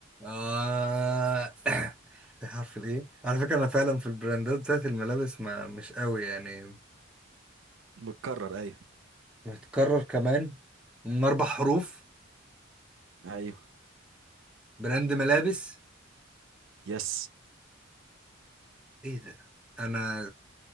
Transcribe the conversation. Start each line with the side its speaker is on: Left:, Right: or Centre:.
Centre: اه <coughs> <clears throat> فيها حرف الايه على فكرة انا فعلا في البراندات بتاعت الملابس ما مش قوي يعني
Right: متكرر ايوه
Centre: متكرر كمان من اربع حروف
Right: ايوه
Centre: براند ملابس
Right: يس
Centre: ايه ده انا